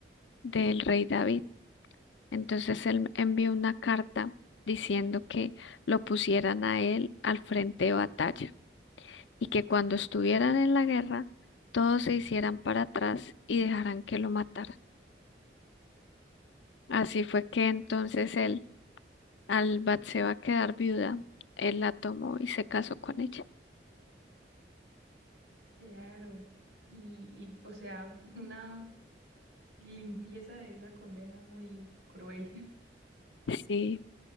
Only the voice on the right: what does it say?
claro. Y, y, o sea, una limpieza de esa condena muy cruel.